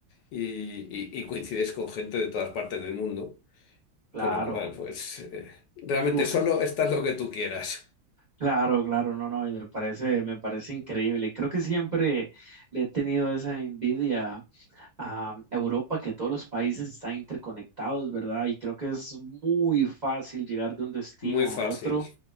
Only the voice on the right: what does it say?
Claro.
Uf,
<laughs>
claro, claro, no, no, y me parece, me parece increíble. Creo que siempre le he tenido esa envidia a Europa, que todos los países están interconectados, ¿verdad? Y creo que es muy fácil llegar de un destino
a otro.